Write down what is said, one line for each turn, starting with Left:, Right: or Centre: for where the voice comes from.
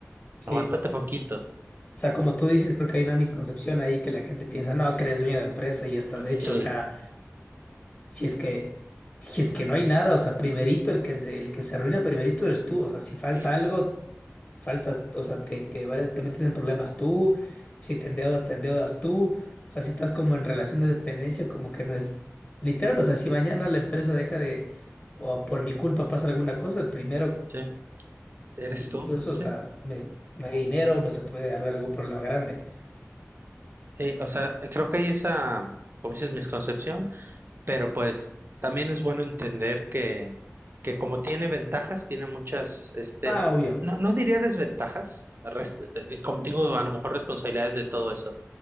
Left: sí.
Right: aguántate poquito.
Left: O sea, como tú dices, creo que hay una misconcepción ahí que la gente piensa, no, que eres dueño de empresa y estás
Right: Sí,
Left: hecho. O sea, si es que, si es que no hay nada, o sea, primerito el que se, el que se arruina primerito eres tú. O sea, si falta
Right: sí.
Left: algo, faltas, o sea, te, te, va- te metes en problemas tú, si te endeudas, te endeudas tú. O sea, si estás como en relación de dependencia, como que no es literal. O sea, si mañana la empresa deja de, o por mi culpa pasa alguna cosa, el primero.
Right: Sí. ¿Eres
Left: incluso,
Right: tú? Sí.
Left: o sea, me- no hay dinero, pues se puede haber algún problema grande.
Right: Sí, o sea, creo que hay esa, como dices, misconcepción, pero pues también es bueno entender que, que como tiene ventajas, tiene muchas, este,
Left: Ah, obvio.
Right: no, no diría desventajas, res- eh, como digo, a lo mejor responsabilidades de todo eso,